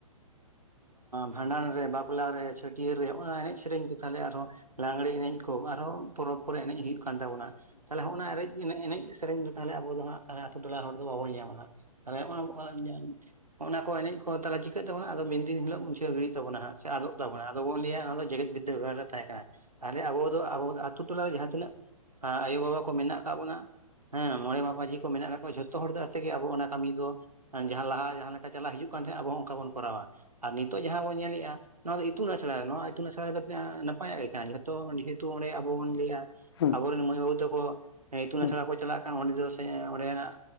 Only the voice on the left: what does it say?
ᱮᱠᱫᱚᱢ
ᱦᱮᱸ
ᱚᱱᱟ